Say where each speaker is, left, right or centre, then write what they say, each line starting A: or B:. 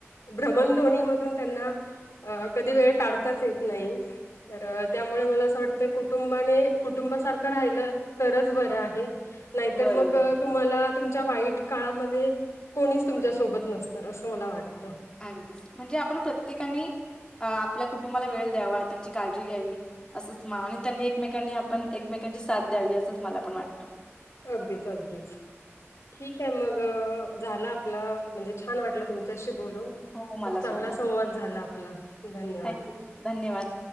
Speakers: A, on the left; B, on the left.
A: भ्रमणध्वनी मधून त्यांना अ कधी वेळ काढताच येत नाही तर त्यामुळे मला असं वाटतं कुटुंबाने कुटुंबासारखं राहिलं तरच बरं आहे. नाहीतर
B: बरोबर.
A: मग. तुम्हाला तुमच्या वाईट काळामध्ये कोणीच तुमच्यासोबत नसणार असं मला वाटत.
B: अगदीस म्हणजे आपण प्रत्येकाने आपल्या कुटुंबाला वेळ द्यावा त्यांची काळजी घ्यावी. असंच मा आणि त्यांनी एकमेकांनी आपण एकमेकांची साथ द्यावी असंच मला पण वाटतं.
A: अगदीच अगदीच ठीक आहे मग झालं आपला म्हणजे छान वाटलं तुमच्याशी बोलून.
B: हो, मला
A: खूप चांगला
B: सुद्धा.
A: संवाद झाला आपला धन्यवाद.
B: थँक्यू धन्यवाद.